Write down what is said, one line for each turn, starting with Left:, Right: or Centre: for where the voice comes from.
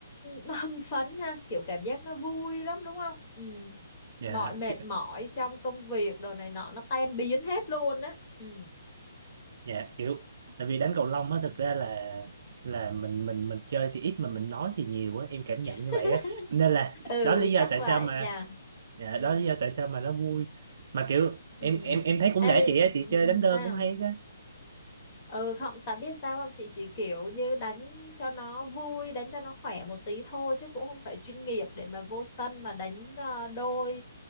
Left: nó hưng phấn ha kiểu cảm giác nó vui lắm đúng không ừ
Right: Dạ,
Left: mọi mệt
Right: ki-
Left: mỏi trong công việc đồ này nọ nó tan biến hết luôn á ừ
Right: dạ kiểu tại vì đánh cầu lông á thực ra là là mình mình mình chơi thì ít mà mình nói thì nhiều á, em cảm nhận như
Left: <laughs>
Right: vậy á. Nên là
Left: ừ
Right: đó là lý do
Left: chắc
Right: tại
Left: vậy
Right: sao mà
Left: nhỉ
Right: dạ
Left: ừ
Right: đó là lý do tại sao mà nó vui mà kiểu
Left: ừ
Right: em em em thấy cũng
Left: ê
Right: nể chị á chị chơi đánh đơn
Left: sao
Right: cũng hay chứ.
Left: Ừ không, tại biết sao không? Chị chỉ kiểu như đánh cho nó vui, đánh cho nó khỏe một tí thôi chứ cũng không phải chuyên nghiệp để mà vô sân mà đánh ờ, đôi